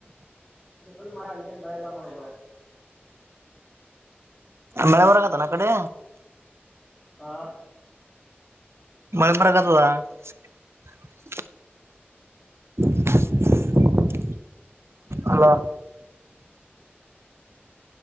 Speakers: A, in the centre; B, on the right.
A: ಇಲ್ಲಿ ಫುಲ್ ಮೆ ಅಲ್ಲಿ ಏನ್ ಮಳೆ ಇಲ್ಲ ನೋಡುದು
B: ಮಳೆ ಬರಾಗತ ನ ಕಡೆ
A: ಹಾ
B: ಮಯಪರಾಗತದ <unintelligible> hello